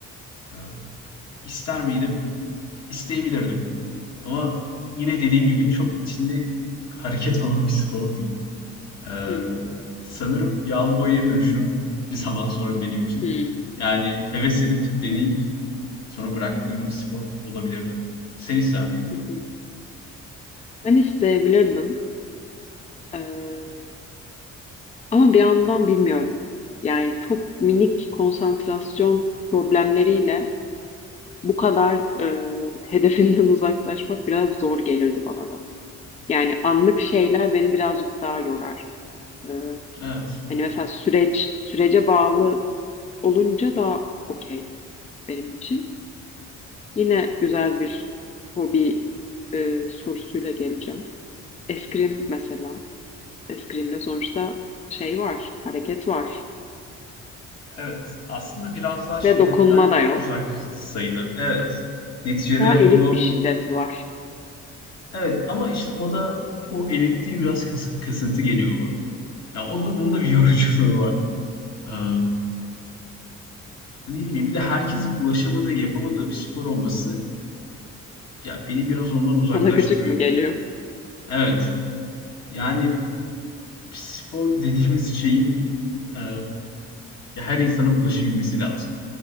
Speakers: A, on the left; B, on the left.
A: Ee, ister miydim? İsteyebilirdim. Ama yine dediğim gibi çok içinde hareket olan bir spor değil. Ee,
B: Hmm,
A: sanırım yağlı boyaya dönüşürdü bir zaman sonra benim için.
B: hmm,
A: Yani heves edip deneyip sonra bıraktığım bir spor olabilirdi. Sen ister miydin?
B: hı hı. Ben isteyebilirdim. Ee, ama bir yandan bilmiyorum. Yani çok minik konsantrasyon problemleriyle bu kadar e, hedefinden <laughs> uzaklaşmak biraz zor gelirdi bana da. Yani anlık şeyler beni birazcık daha yorar. Ee,
A: Evet.
B: hani mesela süreç, sürece bağlı olunca daha okey benim için. Yine güzel bir hobi e, sorusuyla geleceğim. Eskrim mesela. Eskrimde sonuçta şey var, hareket var
A: Evet. Aslında biraz daha şiddetten
B: ve dokunma da yok.
A: uzak sayılır. Evet. Neticede
B: Daha
A: onu
B: elit bir şiddet var.
A: evet ama işte o da o elitliği biraz kas- kasıntı geliyor bana. Ya o da onun da bir <laughs> yoruculuğu var. Ee, hani ne bileyim bir de herkesin ulaşamadığı, yapamadığı bir spor olması ya beni biraz ondan uzaklaştırıyor.
B: Sana gıcık mı geliyor?
A: Evet. Yani Spor dediğimiz şeyin e, ya her insana ulaşabilmesi lazım.